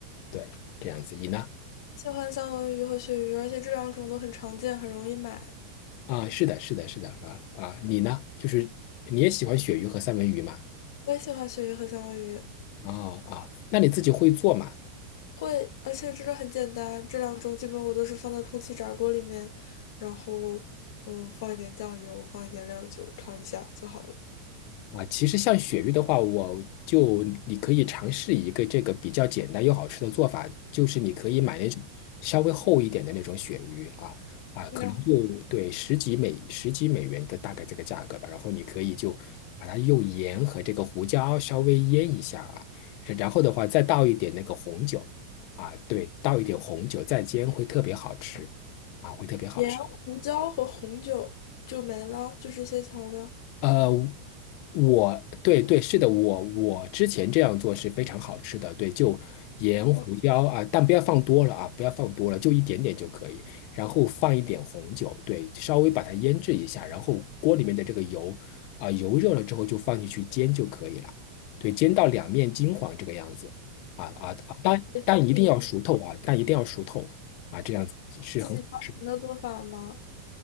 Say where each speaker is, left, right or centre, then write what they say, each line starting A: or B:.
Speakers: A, on the left (about 40°); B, on the left (about 55°).
A: 对，这样子，你呢？
B: 喜欢三文鱼和鳕鱼，而且这两种都很常见，很容易买。
A: 啊，是的，是的，是的，啊啊，你呢？就是你也喜欢鳕鱼和三文鱼吗？
B: 我也喜欢鳕鱼和三文鱼，
A: 哦啊，那你自己会做吗？
B: 会，而且这个很简单，这两种基本我都是放到空气炸锅里面，然后嗯放一点酱油，放一点料酒炒一下就好了。
A: 啊，其实像鳕鱼的话，我就你可以尝试一个这个比较简单又好吃的做法，就是你可以买那种稍微厚一点的那种鳕鱼啊啊，
B: 然后
A: 可能就对十几美十几美元的大概这个价格吧。然后你可以就把它用盐和这个胡椒稍微腌一下啊，然后的话再倒一点那个红酒啊，对，倒一点红酒再煎会特别好吃啊，会特别好吃。
B: 盐、胡椒和红酒就没了，就这些调料。
A: 呃，我对对是的，我我之前这样做是非常好吃的，对，就盐胡椒啊，
B: 嗯，
A: 但不要放多了啊，不要放多了，就一点点就可以，然后放一点红酒，对，稍微把它腌制一下，然后锅里面的这个油啊，油热了之后就放进去煎就可以了，对，煎到两面金黄这个样子啊啊，啊但但一定要熟透啊，
B: 这是你
A: 但一定要熟透啊，这样子是很好吃的
B: 自己发明的做法吗？